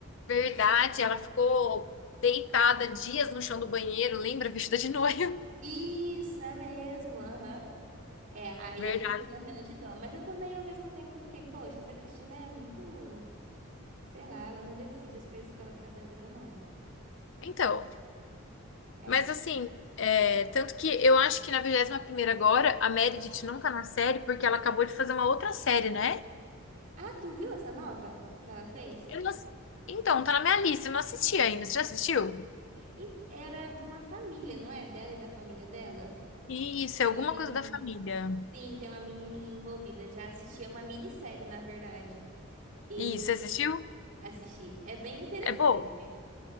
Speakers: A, on the left (about 60°); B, on the right (about 35°).
A: verdade. Ela ficou deitada dias no chão do banheiro, lembra? Vestida de noiva.
B: Isso, é mesmo, aham. É, aí
A: <laughs> Verdade.
B: eu fiquei morrendo de dó, mas eu também ao mesmo tempo fiquei, poxa, essa Cristina é muito, sei lá, ela não decide as coisas que ela quer da vida, não.
A: Então,
B: É,
A: mas assim, é, tanto que eu acho que na vigésima primeira agora, a Meredith não tá na série porque ela acabou de fazer uma outra série, né?
B: Ah, tu viu essa nova que ela fez?
A: Eu não ass- Então, tá na minha lista, eu não assisti ainda. Você já assistiu?
B: Ent- Era de uma família, não é? Dela e da família dela.
A: Isso,
B: Tem
A: é alguma
B: uma menininha.
A: coisa da família.
B: Sim, tem uma menininha envolvida. Já assisti, é uma minissérie, na verdade. E
A: Isso, você assistiu?
B: assisti. É bem interessante.
A: É bom.